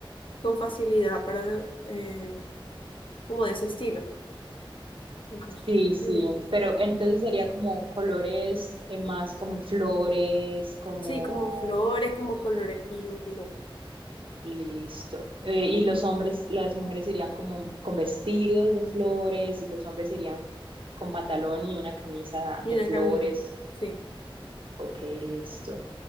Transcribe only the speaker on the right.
Sí, sí,
en- pero entonces sería como colores eh, más como flores, como
listo. Eh,
y los hombres, las mujeres irían como con vestidos de flores y los hombres irían con pantalón y una camisa
de flores.
Ok, listo.